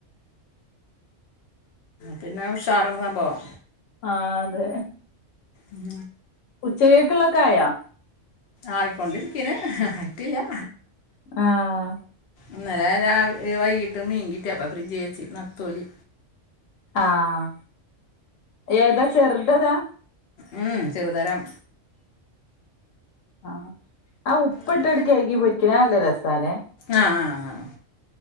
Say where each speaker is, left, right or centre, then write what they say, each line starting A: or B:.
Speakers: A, on the left (about 55°); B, on the left (about 80°).
A: പിന്നെ ഉഷാറണ് സംഭവം
B: ആ അതെ
A: ഉം
B: ഉച്ചക്കെയ്ക്കുള്ളതൊക്കെ ആയോ
A: ആയിക്കൊണ്ടിരിക്കിണ് ആയിട്ടില്ല്യ
B: ആഹ്
A: ഇന്നലെ രാവി വൈകിട്ടും മീൻകിട്ടി അപ്പം ഫ്രിഡ്ജ് വെച്ച് നത്തോലി
B: ആഹ് ഏതാ ചെറുത് ഏതാ
A: ഉം ചെറു തരം
B: ആഹ് ആ ഉപ്പ്
A: അപ്പം
B: ഇട്ടിട്ട് കഴുകി പൊരിക്ക്ണ അത് നല്ല രസാലെ
A: ആഹ് ആഹ് ആഹ് ആഹ്